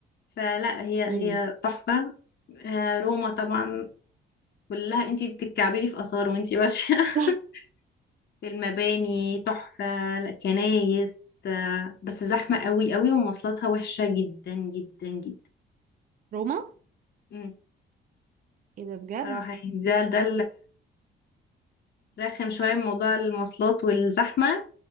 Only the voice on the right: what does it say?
يعني
<laughs>
روما
ايه ده بجد